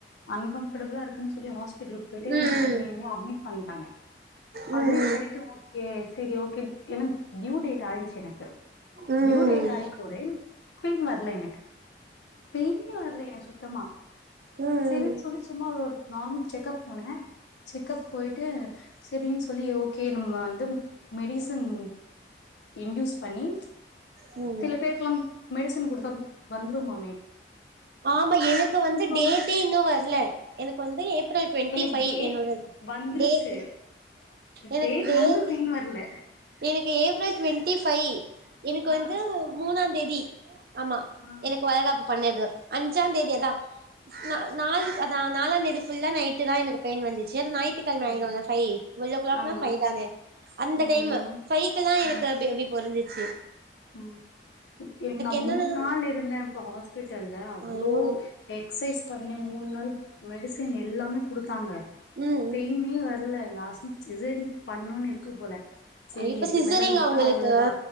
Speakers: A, on the left (about 85°); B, on the right (about 55°).
A: அன்கம்பர்டபுலா இருக்குன் சொல்லி ஹாஸ்பிட்டலுக் போயிட்டு
B: ம்
A: என்னமோ அட்மிட் பண்ணிட்டாங்க
B: ம் ம் ம்
A: அட்மிட் பண்ணிட்டு சரி சரி ஓகே எனக்கு டியூ டேட் ஆயிடுச்சு எனக்கு
B: ம்
A: டியூ டேட்
B: ம் ம்
A: ஆக கூட பெயின் வரல எனக்கு பெயின் வரலையா சுத்தமா
B: ம்
A: சரின்
B: ம்
A: சொல்லி சும்மா ஒரு நார்மல் செக்கப் போனே செக்கப் போயிட்டு சரின் சொல்லி ஓகே நம்ம வந்து மெடிசின் இன்டியுஸ் பண்ணி
B: ம்
A: சில
B: ம்
A: பேருக்குலா மெடிசின் குடுப் வந்துருமா
B: ஆமா எனக்கு வந்து
A: சொல்லி
B: டேட்டே இன்னு வரல எனக்கு வந்து ஏப் ரல் டுவெண்ட்டி
A: எனக்கு
B: ஃபைவ்
A: டேட்
B: என்னோட
A: வந்துருச்சு
B: டேட் எனக்கு
A: டேட்
B: டேட்டே
A: வந்து பெயின் வரல
B: எனக்கு ஏப்ரல் டுவெண்டி ஃபைவ் எனக்கு
A: ஆ
B: வந்து மூணாந்தேதி ஆமா
A: ம்
B: வழகாப்பு பண்ணது அஞ்சா தேதிதா நா நாள் நா நாலாந்தேதி புல்லா நைட்டு தா எனக்கு பெயின் வந்துச்சு அத நைட்டு <unintelligible> டுவல்
A: ம்
B: ஓ க்ளாக்னா
A: ஆமா
B: ஃபைவ் தானே அந்த
A: ஆமா
B: டைம்மு ஃபைவ்குல்லா எனக்கு
A: ம்
B: பேபி பொறந்துருச்சு
A: ம் நா
B: என்னன்னா
A: மூணு நாள் இருந்தே இப்ப ஹாஸ்பிட்டல்ல அவ்ளோ
B: ஐயோ
A: எக்ஸசைஸ் பண்ண மூண் நாள் மெடிசின் எல்லாமே குடுத்தாங்க
B: ம்
A: பெயினே வர இல்ல லாஸ்ட சிசேரியன் பண்ணும்ன்னு இருக்கு போல சரி
B: இப்ப
A: இதுக்கு
B: சிசரிங்கா
A: மேல விட்டா
B: உங்களுக்கு
A: அவ்ளதா